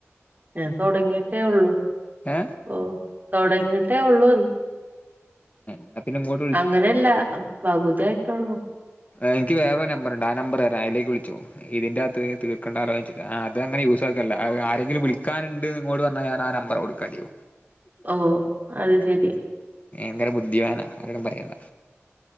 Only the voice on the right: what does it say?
ഞാൻ തുടങ്ങിട്ടേ ഉള്ളൂ
ഓ തുടങ്ങിട്ടേ ഉള്ളൂ
അങ്ങനെയല്ല പകുതിയിട്ടുള്ളൂ
ഓഹ് അത് ശരി